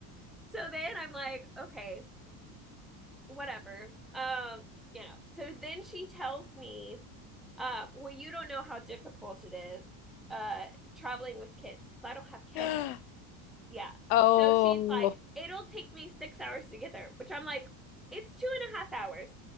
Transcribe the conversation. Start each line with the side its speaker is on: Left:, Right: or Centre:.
Centre: so then I'm like, okay, whatever. Um, you know. So then she tells me, uh, well, you don't know how difficult it is uh traveling with kids because I don't have kids.
Left: gosh. <gasps>
Centre: Yeah.
Left: Oh,
Centre: So she's like, it'll take me six hours to get there, which I'm like, it's two and a half hours.